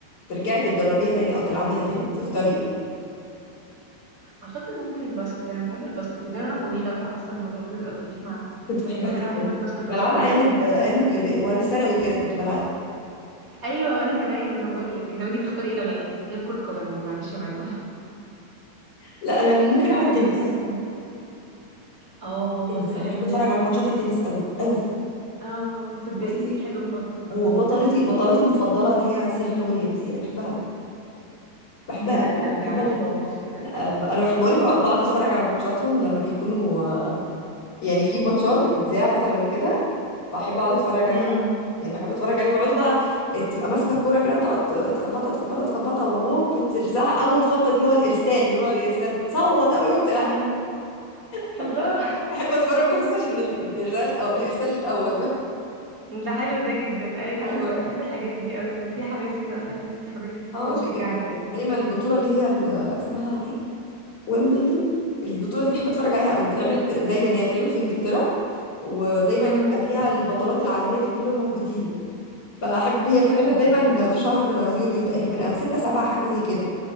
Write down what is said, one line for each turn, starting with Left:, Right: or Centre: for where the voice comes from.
Left: ترجعي تتدربيها تاني او تلعبيها تاني تختاري ايه
Right: اعتقد ممكن باسكت انا بحب الباسكت وده انا طويله فحاسه الموضوع بيبقى لطيف معايا
Left: كنت بحبها
Right: يعني
Left: جدا
Right: انا بحب الباسكت
Left: كنت بلعبها
Right: اصلا عموما
Left: ايام ال... ايام ال... وانا في ثانوي كده كنت بلعب
Right: ايوه وانا كمان وانا بقول لك طب انتي تختاري ايه لو لعبتي غير كره قدم يعني معلش يا مريم
Left: لا انا ممكن
Right: <laughs>
Left: العب
Right: خلينا
Left: تنس
Right: في حاجه تانية اه
Left: تنس
Right: ده حلو
Left: انا بحب اتفرج
Right: ده
Left: على ماتشات التنس قوي قوي
Right: اه تصدقي
Left: بصي
Right: حلو برضه برضه
Left: هو
Right: انا
Left: بطلتي
Right: كنت ناسياه
Left: بطلتي المفضله اللي هي سيرينا ويليامز دي انا بحبها قوي بحبها
Right: ايه ده
Left: قوي
Right: لا
Left: قوي. بحب
Right: معرفهاش
Left: اقعد
Right: لا
Left: لا انا بحب بقولك بقعد بقعد اتفرج على ماتشاتهم لما بيكونوا يعني في ماتشات بتتذاع مثلا وكده بحب اقعد اتفرج عليها
Right: امم
Left: أوي. يعني بحب اتفرج عليه بيقعدوا بقى تبقى ماسكه الكوره كده وتقعد تخبطها تخبطها تخبطها وهوب ترزعها اول خبطه دي اللي هو الارسال بيقولوا عليه ارسال دي تصوت قوي وهي بتلعب
Right: اه
Left: أنا بحب
Right: الله
Left: قوي بحب اتفرج بخصوص عشان ال- الارسال او الارسال الاول ده
Right: ده حلو ده جدا ايوه
Left: ايوه
Right: انا بحب الحاجات دي قوي طب في حماس كده اصلا انت بتتفرجي تحسي
Left: اه
Right: انت متشجعه
Left: ده كان
Right: كده
Left: دايما البطوله اللي هي ال- اسمها ايه ويمبلدون البطوله دي بحب اتفرج عليها ابدا بتعمل دايما يعني بتعمل في انجلترا ودايما
Right: امم
Left: تبقى فيها البطولات العالميه دي كلهم موجودين فاحب هي بتتعمل
Right: اه
Left: دايما
Right: اوكي
Left: في شهر يوليو تقريبا او ستة سبعة حاجة زي كده